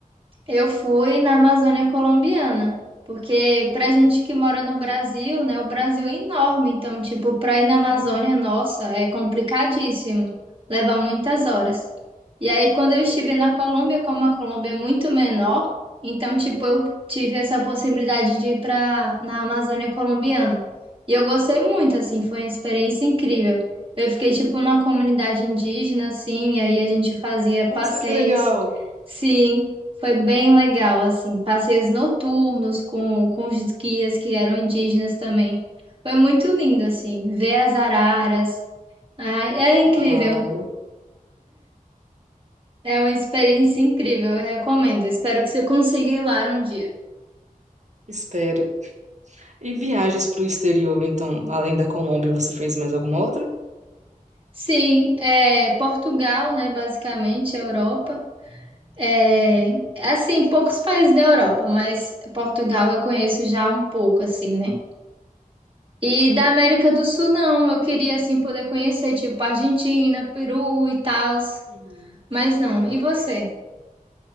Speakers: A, on the right (about 40°); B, on the right (about 55°).
A: Eu fui na Amazônia colombiana, porque pra gente que mora no Brasil, né, o Brasil é enorme, então, tipo, pra ir na Amazônia,
B: Uhum.
A: nossa, é complicadíssimo, leva muitas horas. E aí, quando eu estive na Colômbia, como a Colômbia é muito menor, então, tipo, eu tive essa possibilidade de ir pra, na Amazônia colombiana. E eu gostei muito, assim, foi uma experiência incrível. Eu fiquei, tipo, na comunidade indígena, assim, e aí a gente fazia
B: Nossa,
A: passeios.
B: que legal.
A: Sim. Foi bem legal, assim, passeios noturnos com, com os guias que eram indígenas também. Foi muito lindo, assim, ver as araras. Ah, é incrível,
B: Uau,
A: é uma experiência incrível, eu recomendo. Espero que você consiga ir lá um dia.
B: espero. E viagens para o exterior, então, além da Colômbia, você fez mais alguma outra?
A: Sim, é Portugal, né, basicamente, Europa. É, assim, poucos países da Europa, mas Portugal eu conheço já um pouco, assim, né? E da América do Sul, não. Eu queria, assim, poder conhecer, tipo, Argentina, Peru e tal.
B: Uhum.
A: Mas não. E você?